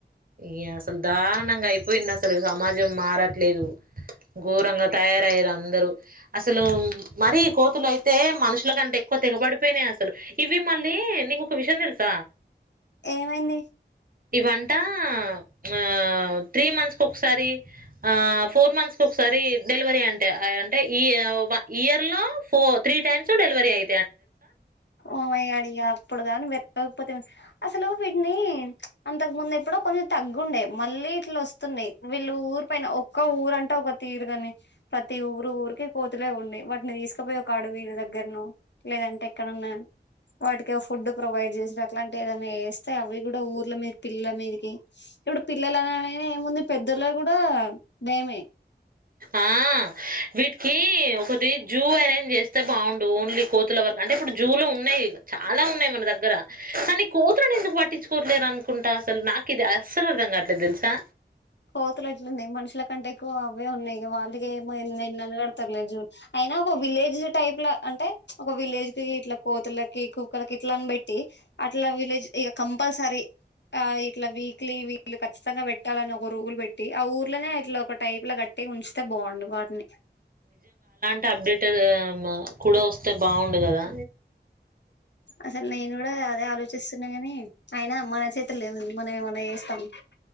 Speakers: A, on the right (about 50°); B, on the left (about 75°).
A: యస్ దారుణంగా అయిపోయింది అసలు సమాజం మారట్లేదు గోరంగా తయారు అయ్యారు అందరు అసలు మరి కోతులు అయితే మనుషులుకన్నా ఎక్కువ తెగపడిపోయినయ్ అసలు ఇవి మళ్ళీ నీకు ఒక విషయం తెలుసా
B: ఏమైంది
A: ఇవంటా ఆ త్రీ మంత్స్ కు ఒకసారి ఆ ఫోర్ మంత్స్ కు ఒకసారి డెలివరీ అంటే అంటే ఇయర్ లో పో త్రి టైమ్స్ డెలివరీ ఐతాయ్అంట
B: ఓమయగాడి ఇగ అప్పుడు గాని లేకపోతే అసలు వీటిని అంతకు ముందు ఎప్పుడో కొంచెం తగ్గుండే మళ్ళీ ఇట్లు వస్తున్నాయి వీళ్ళు ఊరి పైన ఒక్క ఊరుంటే ఒక తీరు కాని ప్రతి ఊరు ఊరికి కోతులే ఉండి వాటిని తీసుకుపోయి ఒక అడవి దగ్గరను లేదంటే ఎక్కడన్నా వాటికి ఫుడ్ ప్రొవైడ్ చేసారు అట్లాంటి ఏదన్నా చేస్తే అవి కూడా ఊర్ల మీద పిల్లల మీదకి ఇప్పుడు పిల్లలు అనగానే ఏముంది పెద్దలకు కూడా భయమే
A: ఆ వీటికి ఒకటి జూ అరేంజ్ చేస్తే బాగుండు ఓన్లీ కోతుల వరకు అంటే ఇప్పుడు జూలు ఉన్నాయి చాలా ఉన్నాయి మన దగ్గర కానీ కోతులను ఎందుకు పట్టించుకోవట్లేదు అనుకుంటా అసలు నాకు ఇది అస్సలు అర్థం కావట్లేదు తెలుసా
B: కోతులు అట్లున్నాయి మనుషుల కంటే ఎక్కువ అవే ఉన్నాయిక వాళ్ళకి ఏమ అనగడతారులే జూ అయినా ఒక విలేజ్ టైప్ లో అంటే ఒక విలేజ్ కి ఇట్లా కోతులకి కుక్కలకి ఇట్లని పెట్టి అట్లా విలేజ్ ఇక కంపల్సరీ ఆ ఇట్లా వీక్లీ వీళ్ళు ఖచ్చితంగా పెట్టాలని ఒకరుుగులు పెట్టి ఆ ఊర్లోనే అట్లా ఒక టైప్ లా కట్టి ఉంచితే బాగుండు వాటిని
A: క అప్డేట్ కూడా వస్తే బాగుండు కదా
B: అసలు నేను కూడా అదే ఆలోచిస్తున్నా గాని అయినా మన చేతిలో ఎం ఉంది మనం ఏమన్నాచేస్తామ సరే